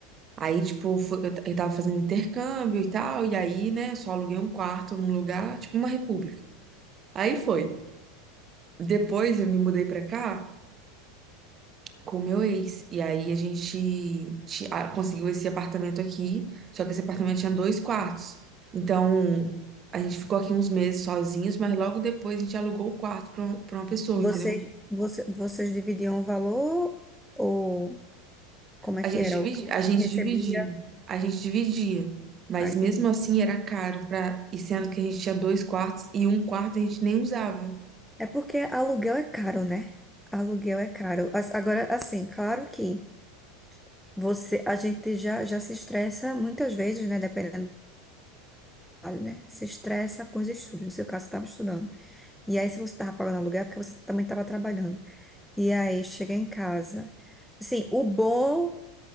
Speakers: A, on the right; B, in the centre.
A: Aí, tipo, foi- eu t- eu tava fazendo intercâmbio e tal, e aí, né, só aluguei um quarto num lugar, tipo uma república. Aí foi. Depois eu me mudei pra cá. com o meu ex. E aí a gente ti- a- conseguiu esse apartamento aqui, só que esse apartamento tinha dois quartos. Então a gente ficou aqui uns meses sozinhos, mas logo depois a gente alugou o quarto para uma pra uma pessoa,
B: Vocês,
A: entendeu?
B: você, vocês dividiam o valor ou como é
A: A
B: que
A: gente
B: era?
A: dividia,
B: O que
A: a gente
B: quem recebia?
A: dividia, a gente dividia. Mas
B: Ah, entendi.
A: mesmo assim era caro para, e sendo que a gente tinha dois quartos e um quarto a gente nem usava.
B: É porque aluguel é caro, né? Aluguel é caro. As- Agora, assim, claro que você, a gente já, já se estressa muitas vezes, né? Dependendo do trabalho, né? Se estressa com os estudos. No seu caso, você estava estudando. E aí, se você estava pagando aluguel, é porque você também estava trabalhando. E aí, chega em casa. Assim, o bom